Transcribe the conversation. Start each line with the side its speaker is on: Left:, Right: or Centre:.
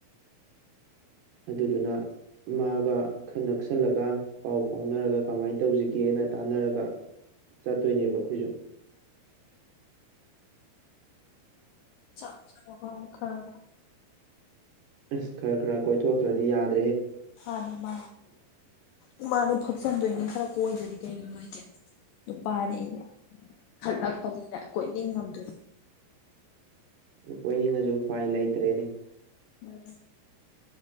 Right: ꯑꯗꯨꯗꯨꯅ ꯃꯥꯒ ꯈꯟꯅ ꯅꯛꯁꯜꯂꯒ ꯄꯥꯎ ꯐꯥꯎꯅꯔꯒ ꯀꯃꯥꯏꯅ ꯇꯧꯁꯤꯒꯦꯅ ꯇꯥꯟꯅꯔꯒ ꯆꯠꯇꯣꯏꯅꯦꯕ ꯑꯩꯈꯣꯏꯁꯨ
Left: ꯆ ꯆ ꯍ ꯈꯔ
Right: ꯑꯁ ꯈꯔ ꯈꯔ ꯀꯣꯏꯊꯣꯛꯇ꯭ꯔꯗꯤ ꯌꯥꯗ꯭ꯔꯦ
Left: ꯃꯥꯅꯦ ꯃꯥꯅꯤ ꯏ ꯃꯥꯅꯦ ꯐꯛꯆꯟꯗꯣꯏꯅꯤ ꯈꯔ ꯀꯣꯏꯗ꯭ꯔꯗꯤ ꯀꯩꯅꯣ ꯅꯣꯏꯗꯦ ꯅꯨꯄꯥꯅꯦꯩꯅ ꯈꯠꯂꯛꯄꯅꯤꯅ ꯀꯣꯏꯅ ꯉꯝꯗꯣꯏꯅꯦ
Right: ꯑꯣꯏꯣꯏꯅꯤꯡꯉꯁꯨ ꯎꯄꯥꯏ ꯂꯩꯇ꯭ꯔꯦꯅꯦ
Left: ꯎꯝ